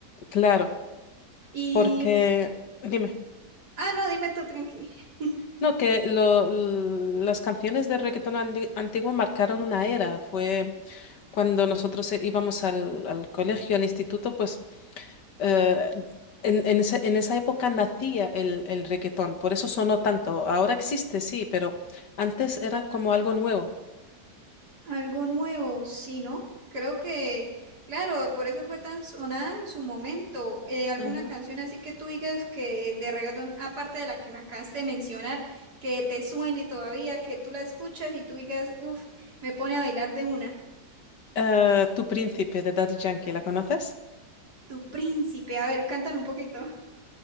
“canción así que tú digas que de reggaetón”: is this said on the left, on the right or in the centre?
Right